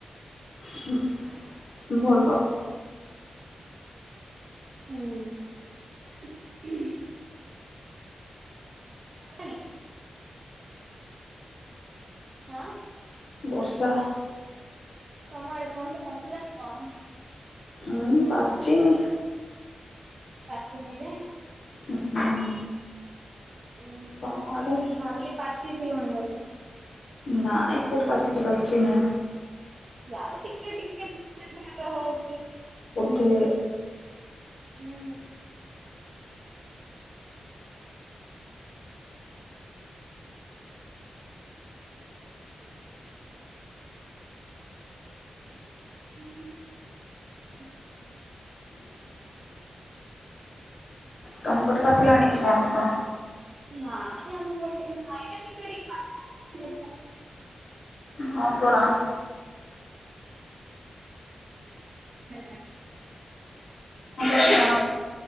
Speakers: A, on the left; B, on the right.
A: ହୁଁ, ଭଲ
B: ହଁ। କାଇଁ ହଁ।
A: ବର୍ଷା
B: ତୋମ ଆଡେ ପଣସ ପାଚିଲା କି କଣ?
A: ହଁ ପାଚିନି।
B: ପାଚିନି ଏଯାଏଁ।
A: ଉଁ ତମ ଆଡେ
B: ଭାବିଲି ପାଚି ଥିବଣି ବୋଲି
A: ନାଇ କୋଉଠି ପାଚଚି, ପାଚି ନା
B: ୟାର ଟିିକେ ଟିକେ <inaudible> ହଉଚି
A: ତେ
B: ହୁଁ, ଉଁ, ହୁଁ, <inaudible>
A: ତୋମ ପଟେ ପାଚିଲାଣି କି ପଣସ?
B: ନାଇଁ ଆମ ପଟେ ବି ନାଇଁ ଟିକେ ଟିକେ ପା <inaudible> ବବ।
A: ହଁ ପରା
B: ହେଲା
A: <unintelligible> ତା ପାଖରେ